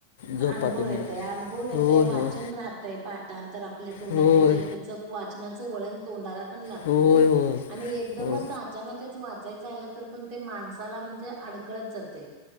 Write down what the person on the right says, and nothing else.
अनुभव
येतय अनुभव येतय
वाचन
राहतय पाठां तर आपल्या तोंडात
म्हणजे त्याचं वाचनाचं वळण तोंडाला पण लागते
नाही आणि एकदमच
अचानकच वाचायचं आलं तर पण ते माणसाला म्हणजे अडकळत जाते